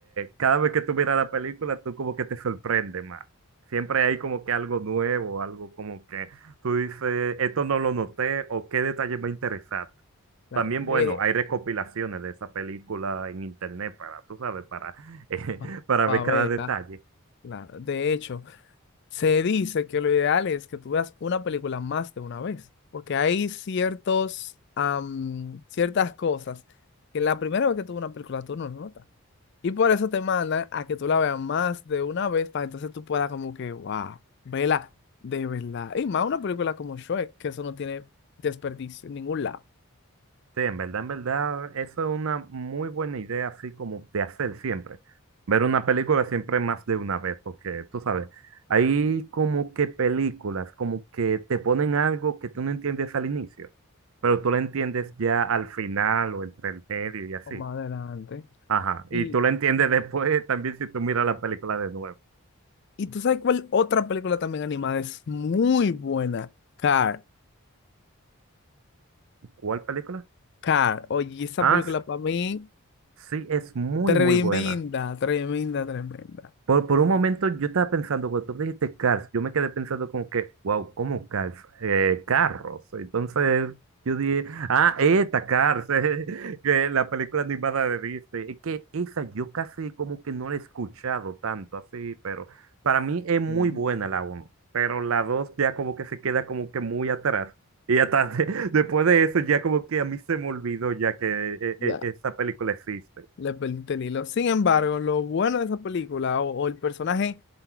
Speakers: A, on the right; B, on the left.
A: cada vez que tú miras la película, tú como que te sorprende más. Siempre hay como que algo nuevo, algo como que tú dices, esto no lo noté, o qué detalle me interesante.
B: Claro.
A: También,
B: De
A: bueno, hay recopilaciones de esa película en internet para, tú sabes, para, <laughs> eh,
B: Pa-
A: para
B: Pavela,
A: ver cada detalle.
B: claro. De hecho, se dice que lo ideal es que tú veas una película más de una vez, porque hay ciertos, am, ciertas cosas que la primera vez que tú ves una película tú no lo notas. Y por eso te mandan a que tú la veas más de una vez para entonces tú puedas como que, wow, vela de verdad. Y más una película como Shrek, que eso no tiene desperdicio en ningún lado.
A: Sí, en verdad, en verdad, eso es una muy buena idea, así como de hacer siempre. Ver una película siempre más de una vez, porque tú sabes, hay como que películas, como que te ponen algo que tú no entiendes al inicio, pero tú lo entiendes ya al final o entre el medio y así.
B: O más adelante.
A: Ajá,
B: Y,
A: y tú lo entiendes <laughs> después también si tú miras la película de nuevo.
B: y tú sabes cuál otra película también animada es muy buena. Car,
A: ¿Cuál película?
B: Car. Oye, esa
A: Ah,
B: película para mí,
A: Sí, es muy,
B: tremenda,
A: muy buena.
B: tremenda, tremenda.
A: Por, por un momento yo estaba pensando, cuando tú dijiste Cars, yo me quedé pensando como que, wow, ¿cómo Cars? Eh, carros. Entonces yo dije, ah, esta Cars, <laughs> eh, que la película animada de Disney. Es que esa yo casi como que no la he escuchado tanto así, pero para mí es muy
B: Mm,
A: buena la uno. pero la 2 ya como que se queda como que muy atrás. Y hasta <laughs> después de eso ya como que a mí se me olvidó ya que eh,
B: Ya.
A: eh, esa película existe.
B: Le perdiste el hilo. Sin embargo, lo bueno de esa película o, o el personaje,